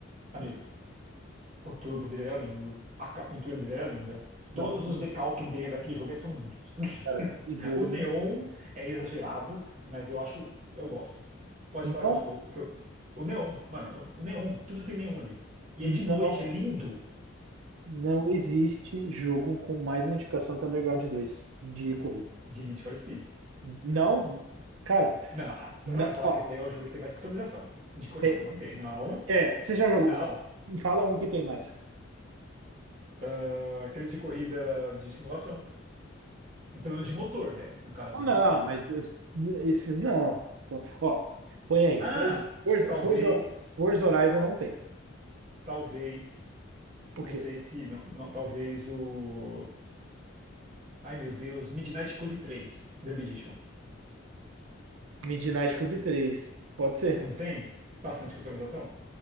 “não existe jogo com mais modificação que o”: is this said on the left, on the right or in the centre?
Right